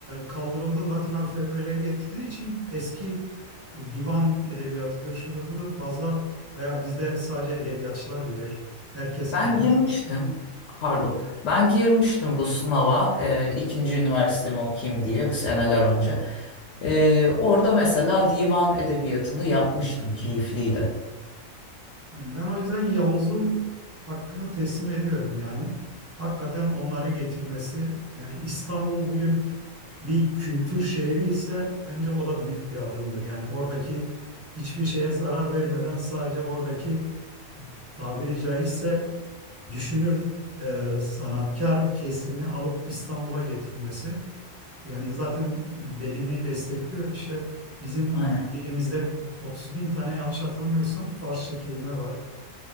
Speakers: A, on the right; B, on the left.
A: kaldırıldı, Latin alfabeleri getirdiği için eski divan edebiyatıdır, şudur budur fazla veya bizde sadece edebiyatçılar bilir. Herkes
B: Ben
A: bilmez
B: girmiştim,
A: aslında.
B: pardon, ben girmiştim bu sınava e, ikinci üniversitemi okuyayım diye seneler önce. E, orada mesela divan edebiyatını yapmıştım, keyifliydi.
A: Yani ben o yüzden Yavuz'un hakkını teslim ediyorum yani. Hakikaten onları getirmesi yani İstanbul bugün bir kültür şehri ise bence o da büyük bir adımdır. Yani oradaki hiçbir şeye zarar vermeden sadece oradaki tabiri caizse düşünür e, sanatkar kesimini alıp İstanbul'a getirmesi. Yani zaten e, dediğini destekliyor. İşte bizim
B: Aynen.
A: dilimizde 30 bin tane yanlış hatırlamıyorsam Farsça kelime var.